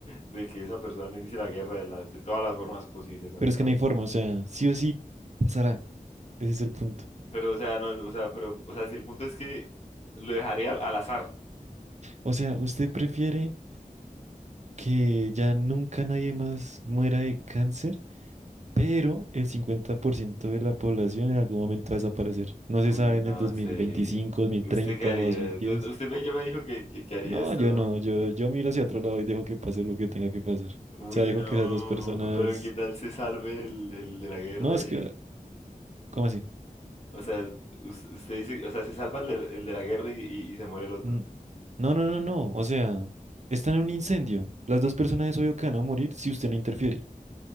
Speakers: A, on the left; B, on the right.
A: de que esa persona no inicie la guerra de, la- de todas las formas posibles, honestamente.
B: Pero es que no hay forma, o sea, sí o sí pasará. Ese es el punto.
A: Pero, o sea, no, o sea, pero, o sea, si el punto es que lo dejaría al, al azar.
B: O sea, ¿usted prefiere que ya nunca nadie más muera de cáncer, pero el 50% de la población en algún momento va a desaparecer? No se
A: Uy,
B: sabe
A: no
B: en el 2025,
A: sé.
B: 2030,
A: ¿Usted qué haría?
B: 2010.
A: Du- du- Usted me, ya me dijo que, que, que haría
B: No,
A: esto,
B: yo
A: ¿no?
B: no, yo, yo miro hacia otro lado y dejo que pase lo que tenga que pasar. O
A: Uy,
B: sea, dejo
A: no.
B: que esas dos personas...
A: Pero ¿qué tal se salve el, el de la guerra
B: No, es
A: y...
B: que... ¿Cómo así?
A: O sea, us- usted dice, o sea, se salva el de, el de la guerra y, y- y se muere el otro.
B: N- No, no, no, no. O sea, están en un incendio. Las dos personas es obvio que van a morir si usted no interfiere.